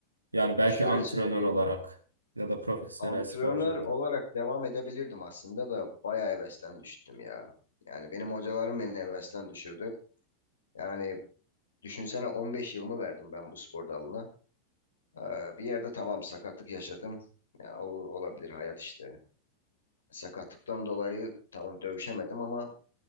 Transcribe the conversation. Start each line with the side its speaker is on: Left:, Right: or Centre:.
Right: Yani belki
Left: şöyle
Right: antrenör
Left: söyleyeyim.
Right: olarak ya da profesyonel
Left: Antrenör
Right: sporcu olarak.
Left: olarak devam edebilirdim aslında da bayağı hevesten düştüm ya. Yani benim hocalarım beni hevesten düşürdü. Yani düşünsene 15 yılımı verdim ben bu spor dalına. Ee, bir yerde tamam sakatlık yaşadım. Ya, o, olabilir hayat işte. Sakatlıktan dolayı tamam dövüşemedim ama